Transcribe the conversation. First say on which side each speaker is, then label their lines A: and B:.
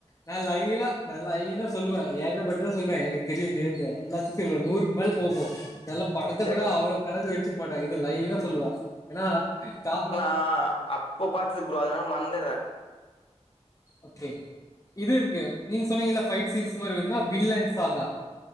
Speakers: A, on the left; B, on the left.
A: நா லைனா நா லைனா சொல்லுவன் ஏகபட்டது சொல்லுவேன் எனக்கு தெரியு நேமு எல்லாத் த்துல்ல நூறுக்கு மேல போகு எல்லா படத்த
B: இதல்
A: கூட அவ்ளோ கணக்கு வெச்சிக்க மாட்ட இது லைனா சொல்லுவ ஏனா கார
B: ஆ அ ப்ப பாத்தது ப்ரோ அதனால மறந்துர்றன்
A: ஓகே இது இருக்கு நீங்க சொன்னீங்கல்ல ஃபைட் சீன்ஸ் மாரி வேணுனா பில்லன் சாதா